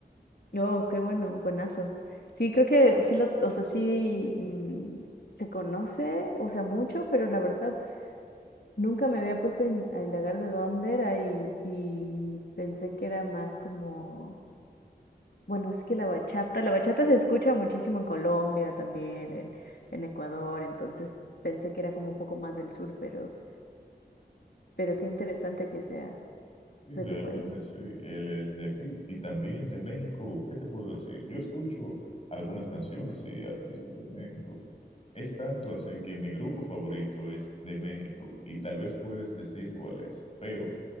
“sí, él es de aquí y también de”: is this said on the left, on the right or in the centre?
Left